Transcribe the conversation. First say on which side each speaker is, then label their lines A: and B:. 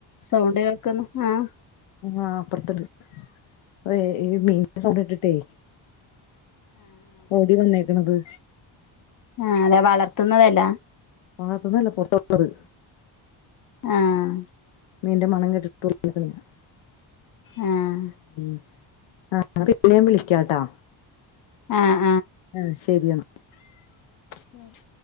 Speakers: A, on the left; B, on the left.
A: സൗണ്ട് കേൾക്കുന്നു ആഹ്
B: ആ അപ്പർത്ത്ട്. അതെ ഈ മീന്റെ സൗണ്ടേട്ടിട്ടേ. ഓടി വന്നേക്ക്ണത്.
A: ആ അതെ വളർത്തുന്നതല്ല.
B: വളർത്തുന്നതല്ല പൊർത്തൊള്ളത്.
A: ആഹ്
B: മീന്റെ മണം കെട്ടിട്ടോ <unintelligible>
A: ആഹ്
B: ഉം ആ പിന്നെ ഞാൻ വിളിക്കാട്ടാ.
A: ആഹ്
B: ആഹ് ശരിയെന്നാ <unintelligible>
A: ശരി